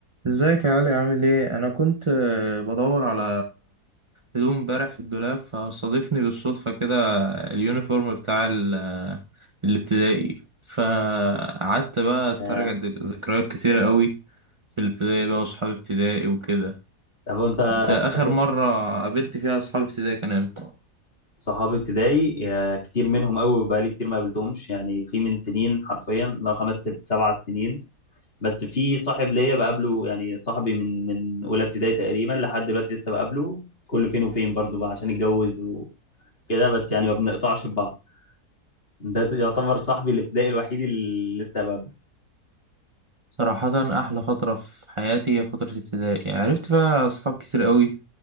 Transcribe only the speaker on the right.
ازيك يا علي عامل ايه انا كنت آه، بدور على هدوم امبارح في الدولاب فصادفني بالصدفة كده اليونيفورم بتاع ال- آه، الابتدائي فقعدت بقى استرجع
ذك- ذكريات كتيرة قوي في الابتدائي بقى واصحاب ابتدائي وكده
انت اخر
مرة قابلت فيها اصحاب ابتدائي كان امتى
صراحة احلى فترة في حياتي هي فترة ابتدائي عرفت فيها اصحاب كتير قوي